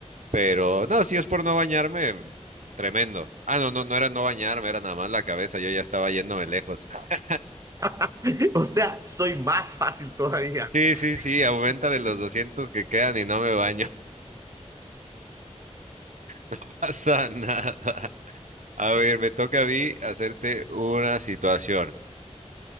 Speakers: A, on the right (about 80°); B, on the right (about 25°).
A: Pero no, si es por no bañarme, tremendo. Ah, no, no, no era no bañarme, era nada más la cabeza, yo ya estaba yéndome lejos. <laughs>
B: <laughs> O sea, soy más fácil todavía.
A: Sí,
B: <laughs>
A: sí, sí, aumenta de los doscientos que quedan y no me baño, <laughs> No pasa nada. A ver, me toca a mí hacerte una situación.